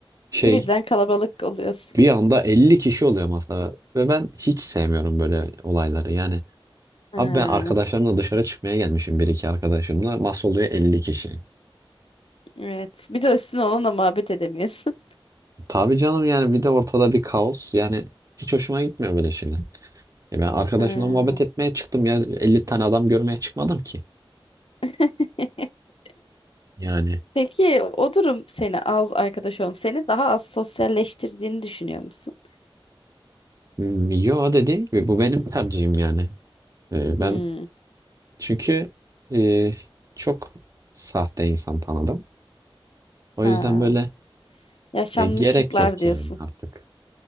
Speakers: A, on the right; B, on the left.
A: şey
B: Birden kalabalık oluyorsun.
A: bir anda
B: <laughs>
A: 50 kişi oluyor masada. Ve ben hiç sevmiyorum böyle olayları yani.
B: Ha,
A: Abi ben arkadaşlarımla dışarı çıkmaya gelmişim bir iki arkadaşımla. Masa oluyor 50 kişi.
B: evet. Bir de üstüne onunla muhabbet edemiyorsun.
A: Tabii canım yani bir de ortada bir kaos. Yani hiç hoşuma gitmiyor böyle şeyler. E ben arkadaşımla
B: Ha.
A: muhabbet etmeye çıktım ya 50 tane adam görmeye çıkmadım ki.
B: <laughs>
A: Yani
B: Peki o durum seni az arkadaş olum seni daha az sosyalleştirdiğini düşünüyor musun?
A: hmm, yo dediğim gibi bu benim tercihim yani. E,
B: Hmm.
A: ben çünkü e, çok sahte insan tanıdım. O
B: Ha.
A: yüzden böyle
B: Yaşanmışlıklar
A: e, gerek yok
B: diyorsun.
A: yani artık.